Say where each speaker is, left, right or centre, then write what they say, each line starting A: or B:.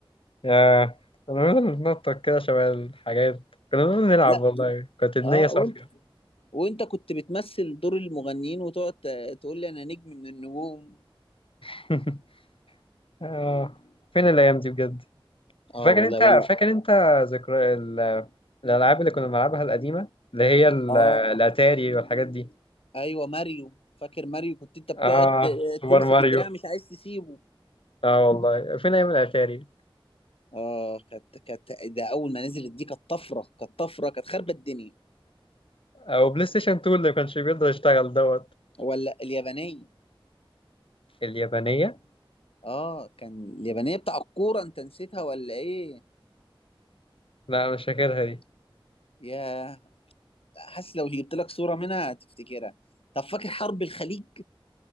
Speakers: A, on the left; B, on the left.
A: ياه كنا بنفضل نتنطط كده شبه الحاجات كنا بنفضل نلعب
B: لا
A: والله كانت النية
B: اه
A: صافية
B: وانت وانت كنت بتمثل دور المغنيين وتقعد ت- تقول لي انا نجم من النجوم
A: <laughs> آه. فين الأيام دي بجد
B: اه
A: فاكر
B: والله
A: أنت
B: ولا
A: فاكر أنت ذكرى ال- الألعاب اللي كنا بنلعبها القديمة اللي هي ال-
B: اه
A: الأتاري والحاجات دي
B: ايوه ماريو فاكر ماريو كنت انت بتقعد
A: آه
B: ت-
A: سوبر
B: تمسك
A: ماريو
B: الدراع مش عايز تسيبه
A: آه والله فين أيام الأتاري
B: اه كانت كانت ده اول ما نزلت دي كانت طفرة كانت طفرة كانت خربت الدنيا
A: أو بلاي ستيشن 2 اللي ما كانش بيقدر يشتغل دوت
B: ولا اليابانية
A: اليابانية
B: اه كان اليابانية بتاع الكورة انت نسيتها ولا ايه
A: لا مش فاكرها دي
B: يا حاسس لو جبت لك صورة منها هتفتكرها طب فاكر حرب الخليج